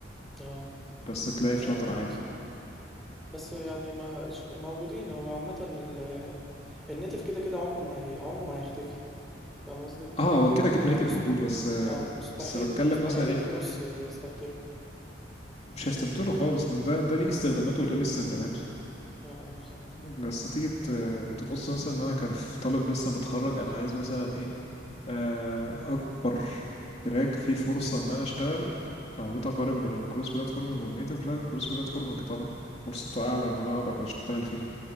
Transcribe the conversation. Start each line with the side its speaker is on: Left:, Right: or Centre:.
Centre: آه.
Left: بس تلاقي فلاتر
Centre: ايوه خلاص
Left: عادي
Centre: ما بس يعني ما ش- موجودين هو عامه ال... النيتف كده كده عمره ما هي عمره ما هيختفي فاهم قصدي
Left: اه هو كده كده
Centre: يعني
Left: نيتف
Centre: مست...
Left: موجود بس
Centre: اه مستحيل
Left: بس بتكلم
Centre: مستحيل
Left: مثلا ايه
Centre: الكروس يستبدله
Left: مش هيستبدله خالص ان ده ده
Centre: اه
Left: ليه استخداماته
Centre: اه
Left: وده ليه استخداماته
Centre: اه بالظبط
Left: بس تيجي ت- تبص مثلا ان انا كطالب لسه متخرج انا عايز مثلا ايه آه، اكبر تراك فيه فرصة ان انا اشتغل او جيت اقارن بين الكروس بلاتفورمينج والنيتف لا الكروس بلاتفورمينج طبعا فرصته اعلى ان انا اقدر اشتغل فيه